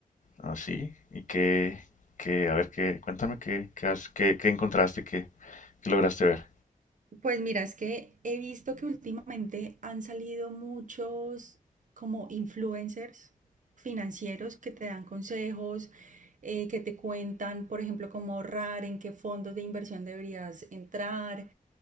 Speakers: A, on the left (about 55°); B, on the right (about 60°).
A: Así. ¿Y qué, qué, a ver, qué, cuéntame qué, qué has, qué, qué encontraste, qué, qué lograste ver?
B: Pues mira, es que he visto que últimamente han salido muchos como influencers financieros que te dan consejos, eh, que te cuentan, por ejemplo, cómo ahorrar, en qué fondos de inversión deberías entrar.